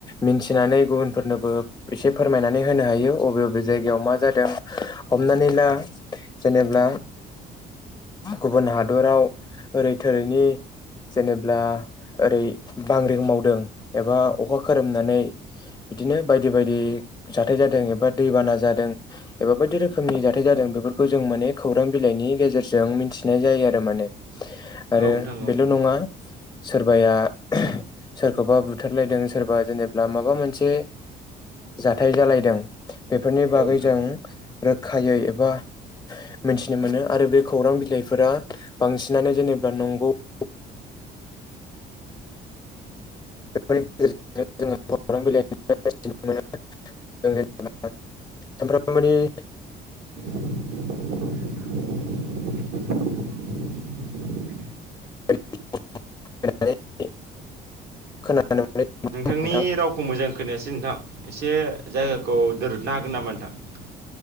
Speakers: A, on the left (about 20°); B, on the right (about 70°).
A: मिन्थिनानै गुबुनफोरनोबो एसे फोरमायनानै होनो हायो अबे अबे जायगायाव मा जादों, हमनानै ला जेनेब्ला गुबुन हादराव ओरै थोरैनि जेनेब्ला ओरै बांग्रिं मावदों एबा अखा खोरोमनानै बिदिनो बायदि बायदि बि जाथाय जादों एबा दै बाना जादों एबा बायदि रोखोमनि जाथाय जादों बेफोरखौ जों माने खौरां बिलाइनि गेजेरजों मिथिनाय जायो आरो माने। आरो
B: औ नोंथां औ नोंथां औ
A: बेल' नङा सोरबाया <unintelligible> सोरखौबा बुथारलायदों सोरबा जेनेब्ला माबा मोनसे जाथाय जालायदों बेफोरनि बागै
B: औ नोंथां
A: जों रोखायै एबा मिथिनो मोनो आरो बे खौरां बिलाइफोरा बिनानै जेनेबा नंगौ <unintelligible> <unintelligible> <unintelligible> सानफ्रामबोनि <unintelligible>
B: <inaudible>
A: <unintelligible>
B: नोंथांनि
A: नोंथां
B: रावखौ मोजां खोनायासै नोंथां एसे जायगाखौ दोरदनो हागोन नामा नोंथां?